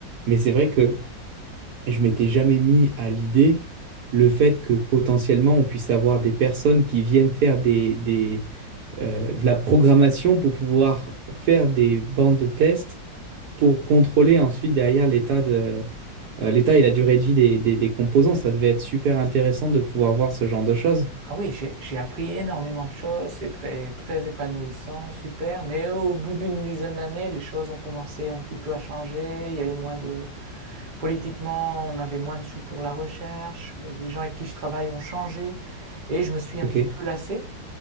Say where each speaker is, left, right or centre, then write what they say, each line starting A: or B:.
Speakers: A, on the right; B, on the right.
A: Mais c'est vrai que je m'étais jamais mis à l'idée le fait que potentiellement on puisse avoir des personnes qui viennent faire des, des, euh, de la programmation pour pouvoir faire des bandes de tests pour contrôler ensuite derrière l'état de, euh, l'état et la durée de vie des, des- des composants. Ça devait être super intéressant de pouvoir voir ce genre de choses.
B: Ah oui, j'ai j'ai appris énormément de choses, c'est très, très épanouissant, super, mais au bout d'une dizaine d'années, les choses ont commencé un petit peu à changer, il y a eu moins de, Politiquement, on avait moins de sous pour la recherche, les gens avec qui je travaille ont changé, et je me suis
A: Ok.
B: un petit peu lassé.